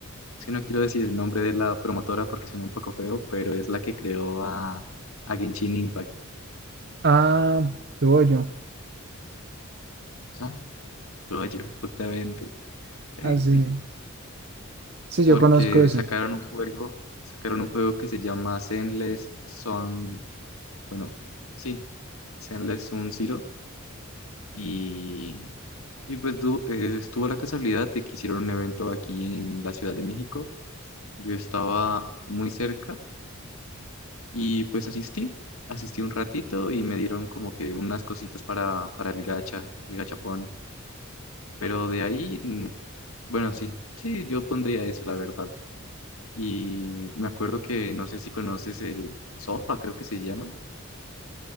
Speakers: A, on the left; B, on the right.
A: es que no quiero decir el nombre de la promotora porque suena un poco feo, pero es la que creó a, a Genshin Impact.
B: Ah, tuvo yo.
A: Ajá. Todo yo, justamente. <laughs>
B: Así. sí, Sí, yo
A: Porque
B: conozco esa.
A: sacaron un juego, sacaron un juego que se llama Zenless Son, bueno, sí, Zenless Sun Zero Y, y pues du- eh, estuvo la casualidad de que hicieron un evento aquí en la Ciudad de México. Yo estaba muy cerca y pues asistí, asistí un ratito y me dieron como que unas cositas para, para el gacha, el gachapón. Pero de ahí, mm, bueno, sí, sí, yo pondría eso, la verdad. Y me acuerdo que no sé si conoces el Sofa, creo que se llama.